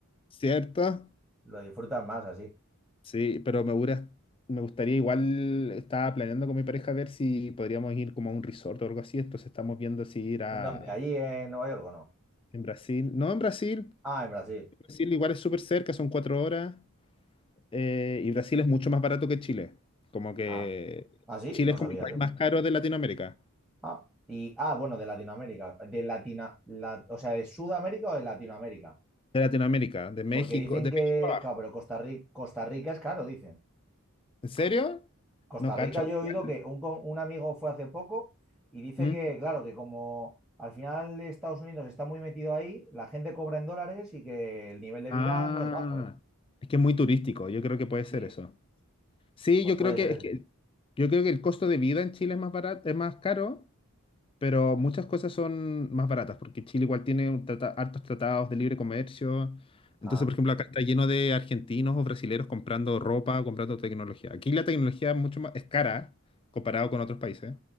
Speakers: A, on the left; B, in the centre.
A: ¿Cierto?
B: Lo disfrutas más así.
A: Sí, pero me, hubiera- me gustaría igual, estaba planeando con mi pareja ver si podríamos ir como a un resort o algo así, entonces estamos viendo si ir a...
B: ¿En dónde? ¿Allí en Nueva York o no?
A: En Brasil, no en Brasil,
B: Ah, en Brasil.
A: Brasil igual es súper cerca, son cuatro horas, eh, y Brasil es mucho más barato que Chile, como que
B: Ah, ¿ah, sí?
A: Chile
B: No
A: es
B: sabía
A: como el país
B: yo.
A: más caro de Latinoamérica.
B: Ah, y, ah, bueno, de Latinoamérica. De Latina, la- o sea, ¿de Sudamérica o de Latinoamérica?
A: De Latinoamérica, de México,
B: Porque dicen
A: de
B: que,
A: México abajo.
B: claro, pero Costa Rica, Costa Rica es caro, dicen.
A: ¿En serio?
B: Costa
A: No cacho.
B: Rica yo he
A: Igual.
B: oído que un, co- un amigo fue hace poco y dice
A: ¿Mm?
B: que, claro, que como al final Estados Unidos está muy metido ahí, la gente cobra en dólares y que el nivel de
A: Ah,
B: vida no es bajo, ¿eh?
A: es que es muy turístico, yo creo que puede ser
B: Sí,
A: eso. Sí,
B: pues
A: yo
B: puede
A: creo que,
B: ser eso.
A: es que yo creo que el costo de vida en Chile es más barato, es más caro, pero muchas cosas son más baratas, porque Chile igual tiene un trata- hartos tratados de libre comercio. Entonces,
B: Ah,
A: por ejemplo, acá está lleno de argentinos o brasileros comprando ropa, comprando tecnología. Aquí la tecnología es mucho más, es cara comparado con otros países.